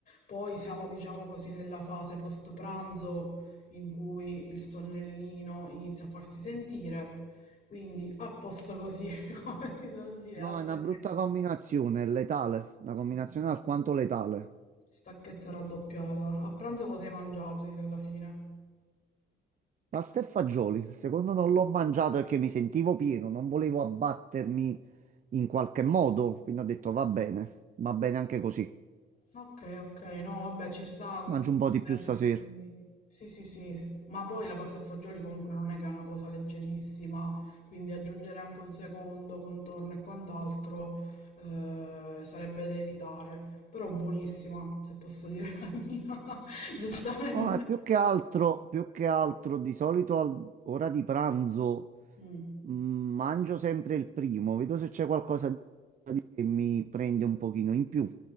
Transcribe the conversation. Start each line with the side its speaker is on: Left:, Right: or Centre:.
Left: Poi siamo, diciamo così, nella fase post pranzo in cui il sonnellino inizia a farsi sentire, quindi a posto così, <laughs> come si suol dire,
Right: No,
Left: la stanchezza.
Right: è una brutta combinazione, è letale, una
Left: Sì,
Right: combinazione
Left: sì, sì.
Right: alquanto letale.
Left: Stanchezza raddoppiata. A pranzo cosa hai mangiato alla fine?
Right: Pasta e fagioli, il secondo non l'ho mangiato perché mi sentivo pieno, non volevo abbattermi in qualche modo, quindi ho detto va bene, va bene anche così,
Left: Ok, ok, no, vabbè, ci sta comunque
Right: mangio un
Left: mangiarsi-
Right: po' di più stasera.
Left: Sì, sì, sì, sì. ma poi la pasta e fagioli comunque non è che è una cosa leggerissima, quindi aggiungere anche un secondo contorno e quant'altro eh, sarebbe da evitare, però buonissima, se posso dire la mia, <laughs> giustamente.
Right: Ma è più che altro, più che altro, di solito all'ora di pranzo
Left: Mm,
Right: mh, mangio sempre il primo, vedo se c'è qualcosa che mi prende un pochino in più